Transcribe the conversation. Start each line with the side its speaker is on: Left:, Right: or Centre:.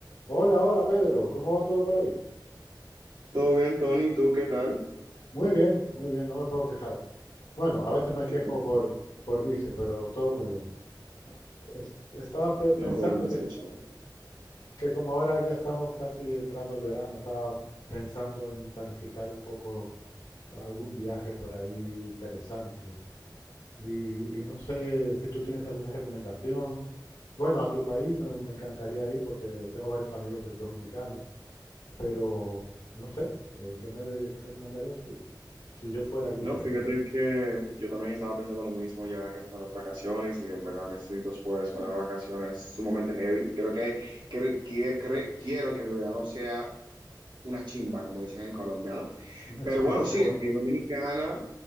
Left: Hola, hola Pedro, ¿cómo va todo por ahí?
Right: Todo bien, Tony, ¿tú qué tal?
Left: Muy bien, muy bien, no me puedo quejar. Bueno, a veces me
Right: Qué
Left: quejo
Right: bien.
Left: por, por vicio, pero todo muy bien. Es- estaba pe- pensando
Right: No, qué bueno
Left: que,
Right: escuchar.
Left: que como ahora ya estamos casi entrando al verano, estaba pensando en planificar un poco algún viaje por ahí interesante. Y, y no sé si tú tienes alguna recomendación. Bueno, a tu país me, me encantaría ir porque tengo varios amigos de- dominicanos. Pero no sé, eh, ¿qué me recomendarías tú? Si yo fuera allí,
Right: No,
Left: por
Right: fíjate
Left: ejemplo.
Right: que yo también estaba pensando lo mismo, ya casi son las vacaciones y en verdad necesito pues unas vacaciones sumamente heavy. Creo que, que, que- cre- quiero que mi verano sea una chimba, como dicen en Colombia, ¿no?
Left: <laughs> Una
Right: Pero
Left: chimba,
Right: bueno,
Left: qué
Right: sí,
Left: bueno.
Right: aquí en Dominicana,